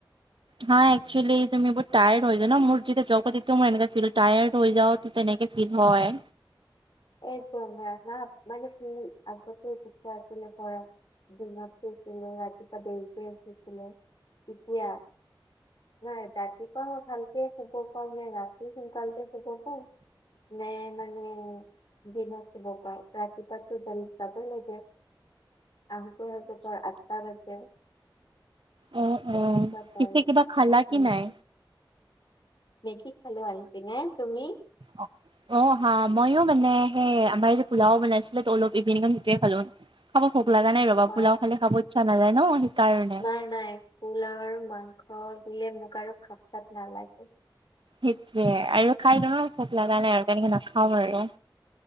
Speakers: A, on the right; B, on the left.
A: হাঁ একচুৱেলি তুমি বহুত টায়াৰ্ড হৈ যোৱা ন মোৰ যেতিয়া জবত একদম মোৰ এনেকুৱা ফিল টায়াৰ্ড হৈ যাঁও তো তেনেকে হিত হয়।
B: এইটোমৰা ন মানে সি আগতে শিক্ষা আছিলে প়ৰা <unintelligible> দিনত শুইছিলো ৰাতিপুৱা দেৰিকৈ উঠিছিলো, তেতিয়া? নাই ৰাতিপুৱা মই ভালকে শুব পোৱা নাই ৰাতি সোনকালতে শুব ক <unintelligible> নে মানে দিনত দিব কয় ৰাতিপুৱাটো দেন যাবই লাগে। আহোঁতে ৰাতিপুৱা আঠটা বাজে।
A: অ
B: সমস্যাত
A: অ
B: পায়
A: পিছে কিবা খালা কি
B: উম।
A: নাই
B: মেগী খালো আহি পিনে, তুমি?
A: অঁহ। অঁ হাঁ ময়ো মানে সেই আমাৰ যে পোলাও বনাইছিলে ত অলপ ইপিনে কন সেইটোৱে খালো। খাব ভোক লগা নাই ৰবা
B: অ
A: পোলাও খালে খাব ইচ্ছা নাযায় ন সেইকাৰণে <unintelligible>
B: নাই নাই। পোলাও আৰু মাংস দিলে মোক আৰু ভাত চাত নালাগে।
A: সেইটোৱে আৰু খাই তোমাৰ ভোক লগা নাই আৰু তেনেকে নাখাও আৰু।